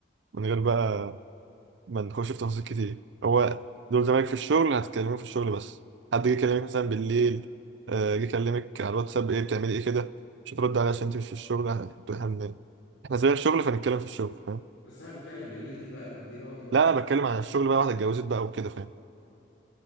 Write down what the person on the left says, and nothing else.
بس احنا بنتكلم بالليل دي بقى دي برضه نقطه